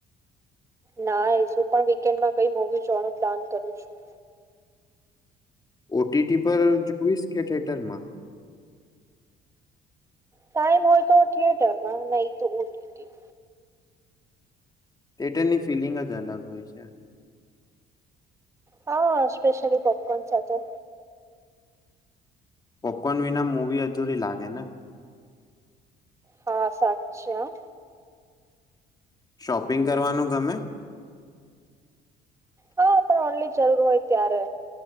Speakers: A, on the right (about 15°); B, on the left (about 20°).
A: ના એ શું પણ વીકેન્ડમાં કઈ મોવી જોવાનું પ્લાન કરું છું
B: ઓટીટી પર જોઇશ કે થીયેટર માં
A: ટાઈમ હોય તો થિયેટર માં નહી તો ઓટીટી
B: થીએટરની ફિલિંગ જ અલગ હોય છે
A: હા સ્પેશલી પોપકોર્ન સાથે
B: પોપકોન વિના મુવી અધુરી લાગે ને
A: હા સાચે હા
B: શોપિંગ કરવાનું ગમે
A: હા પણ ઓનલી જરૂર હોય ત્યારે